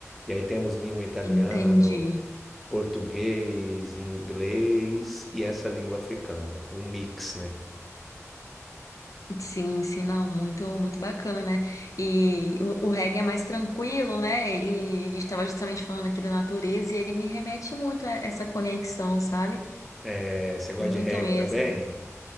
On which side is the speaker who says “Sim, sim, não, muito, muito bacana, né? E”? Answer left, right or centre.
Left